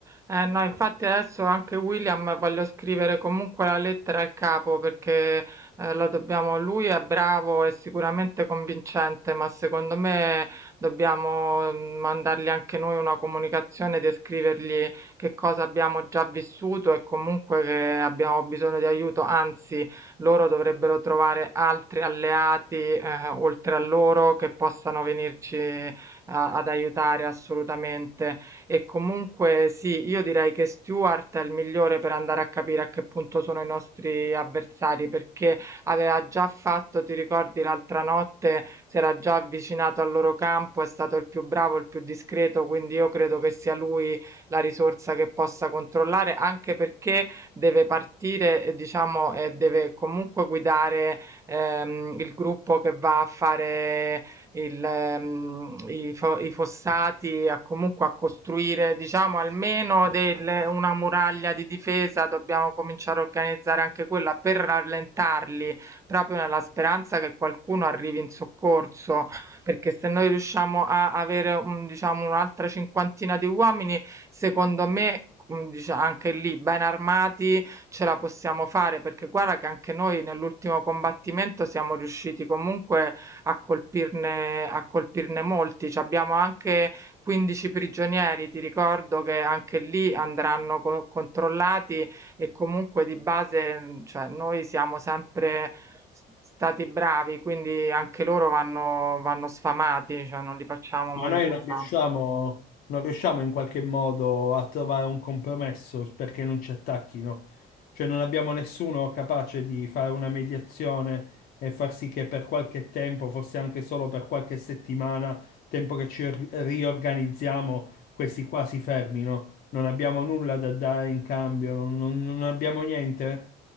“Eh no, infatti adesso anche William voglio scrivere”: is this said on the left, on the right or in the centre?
Right